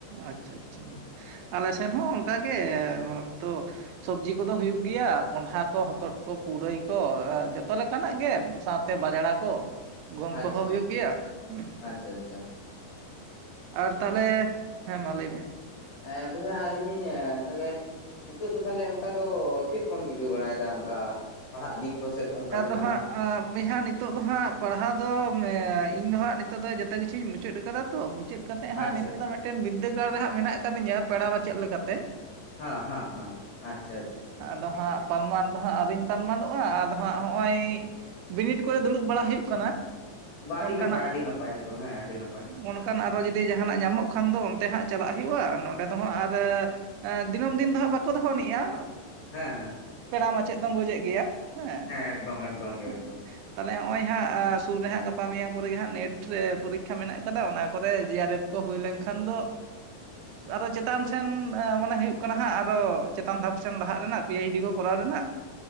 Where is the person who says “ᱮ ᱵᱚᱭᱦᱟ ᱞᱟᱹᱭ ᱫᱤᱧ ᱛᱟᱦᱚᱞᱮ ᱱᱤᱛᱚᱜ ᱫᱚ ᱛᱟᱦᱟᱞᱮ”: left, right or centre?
Left